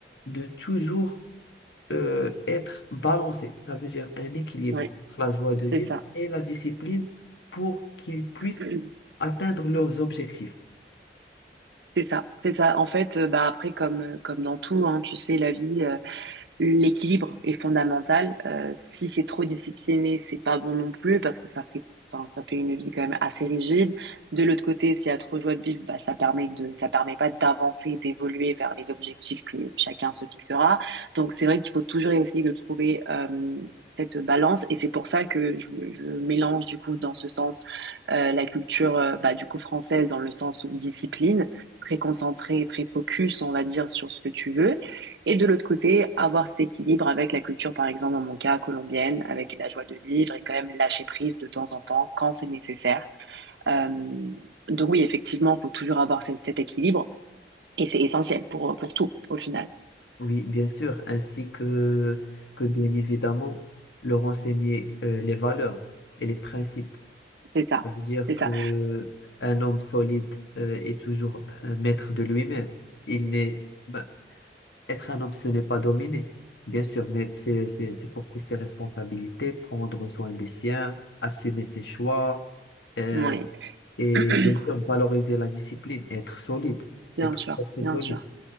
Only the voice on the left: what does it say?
de toujours euh, être balancé. Ça veut dire un équilibre
entre la joie de vivre
et la discipline pour qu'ils puissent
atteindre leurs objectifs.
Oui, bien sûr, ainsi que, que bien évidemment leur enseigner euh, les valeurs et les principes.
Ça veut dire
que
un homme solide euh, est toujours un maître de lui-même. Il n'est, ben, être un homme, ce n'est pas dominer, bien sûr, mais c'est, c'est, c'est porter ses responsabilités, prendre soin des siens, assumer ses choix euh,
et
bien sûr valoriser la discipline, être solide,
être
très, très
solide.